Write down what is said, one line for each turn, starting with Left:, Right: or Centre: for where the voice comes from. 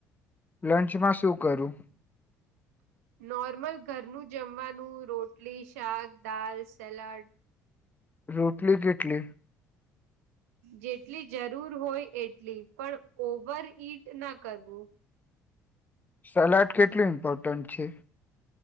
Left: લંચમાં શું કરું?
Right: <inaudible> નોર્મલ ઘરનું જમવાનું રોટલી, શાક, દાલ, સલાડ.
Left: રોટલી કેટલી?
Right: જેટલી જરૂર હોય એટલી પણ ઓવર ઈટ ના કરવું.
Left: સલાડ કેટલું ઇમ્પોર્ટન્ટ છે?